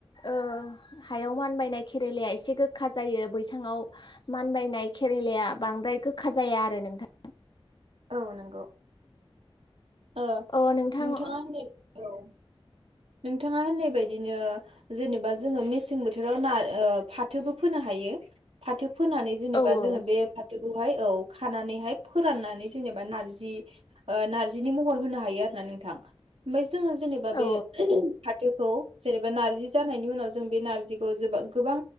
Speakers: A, on the left (about 50°); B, on the right (about 80°).
A: ओ हायाव मान बायनाय केेरेलाया एसे गोखा जायो बैसाङाव मानबायनाय केरेलाया बांद्राय गोखा जाया आरो नोंथां
B: औ नंगौ ओ
A: अ नोंथां
B: नोंथाङा होन औ नोंथाङा होननाय बायदिनो जेनेबा जोङो मेसें बोथोराव ना ओ फाथोबो फोनो हायो फाथो फोनानै जेनेबा
A: ओ औ
B: जोङो बे फाथोखौहाय औ खानानैहाय फोरनानै जेनेबा नारजि ओ नरजिनि महर होनो हायो आरोना नोंथां ओमबाय जोङो जेनेबा उम
A: औ
B: फाथो खौ जेनेबा नार्जि जानायनि उनाव जों बे नार्जिखौ जबा गोबां